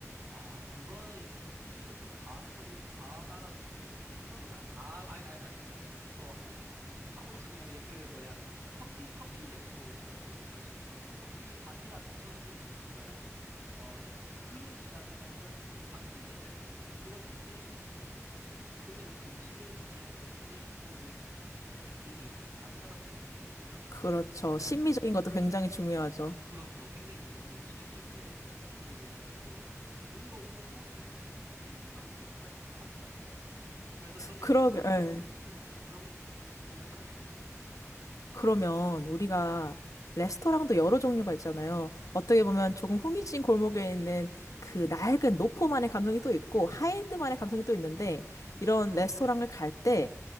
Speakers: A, on the right (about 70°); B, on the left (about 80°).
A: 아, 그거는 이제 좀 수집은 좀 과한 편이, 과하다라고 생각해서 그 정도는 안, 아, 아니, 아니, 아닙니다. 수집도 하는, 하고 있었네요. 예, 그, 뭐야, 커피, 커피에 또 제가 또 이제 관심이 있어서 커피 잔이라, 저는 좀, 뭐야, 어, 그릇이라든가 이런 이제 잔들에 대해서 이제 좀 그런 디테일이 또 그때그때 음식을 음미할 때 주는 그, 뭐야, 느낌이 좀 다르다라고 저는 느끼거든요.
B: 그렇죠.
A: 예.
B: 심미적인 것도 굉장히 중요하죠.
A: 그렇죠. 굉장히 중요하죠. 음식이 이제 이게 뭐야 그 뭐야 눈으로 보고 이제 또 그 느낌 그런 것들이 정말 중요하더라고요. 그래서 저는
B: 그러게,
A: 이제 그 분위기에
B: 예.
A: 맞게끔 예 그런 것도 좀 구비를 하는 편입니다.
B: 그러면 우리가 레스토랑도 여러 종류가 있잖아요.
A: 네,
B: 어떻게 보면 조금 후미진 골목에 있는 그 낡은 노포만의 감성이 또 있고 하이엔드만의 감성이 또 있는데
A: 네.
B: 이런 레스토랑을 갈 때